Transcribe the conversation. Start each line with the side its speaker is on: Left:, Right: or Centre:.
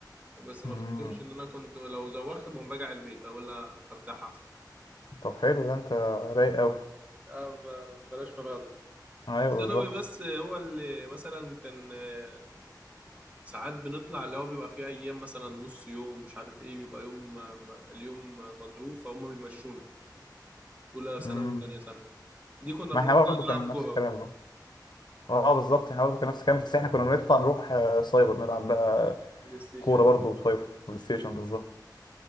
Right: بس ما
Left: مم.
Right: افتكرش ان انا كنت لو زوغت بقوم راجع البيت اقول لا ارتاح احسن
Left: طب حلو ده انت رايق أوي
Right: اه ب- بلاش فرهده
Left: أيوه
Right: في ثانوي
Left: بالظبط
Right: بس هو اللي مثلا كان آه، ساعات بنطلع اللي هو بيبقى فيه ايام مثلا نص يوم مش عارف ايه بيبقى يوم آه، م- اليوم مضروب فهم بيمشونا اولى ثانوي
Left: مم.
Right: وثانيه ثانوي دي كنا
Left: ما
Right: بنطلع
Left: احنا برضه كان
Right: نلعب كوره
Left: نفس الكلام
Right: بقى
Left: برضه اه بالظبط احنا برضه كان نفس الكلام بس احنا كنا بنطلع نروح آه، سايبر نلعب بقى
Right: بلاي ستيشن
Left: كوره برضه سايبر بلاي ستيشن بالظبط